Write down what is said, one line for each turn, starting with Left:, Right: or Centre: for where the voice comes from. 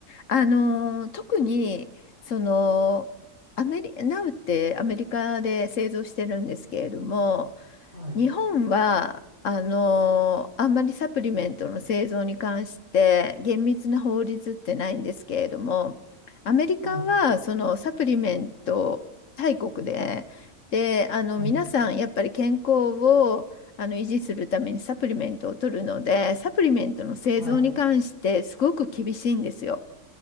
Left: あのー、特に、その、アメリ、ナウってアメリカで製造してるんですけれども、
Right: はい、
Left: 日本はあのあんまりサプリメントの製造に関して厳密な法律ってないんですけれどもアメリカはそのサプリメント大国で、
Right: はい、
Left: であの皆さんやっぱり健康をあの維持するためにサプリメントを取るのでサプリメントの製造に関してすごく厳しいんですよ。
Right: ええ、はい、